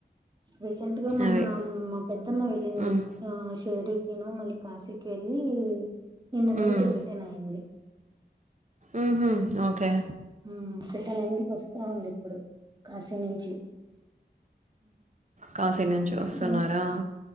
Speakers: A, on the right; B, on the right.
A: రీసెంట్గా మొన్న
B: అది.
A: మా పెద్దమ్మ వెళ్ళింది.
B: హ్మ్.
A: ఆ షిర్డికిను మళ్ళీ కాశీకి వెళ్ళి నిన్న
B: హ్మ్.
A: నైట్ రిటర్న్ అయ్యింది.
B: ఉహు ఓకే
A: ఉ రిటన్ అయింది వస్తా ఉంది ఇప్పుడు కాశీ నుంచి
B: కాశీ నుంచి వస్తున్నారా?
A: ఉమ్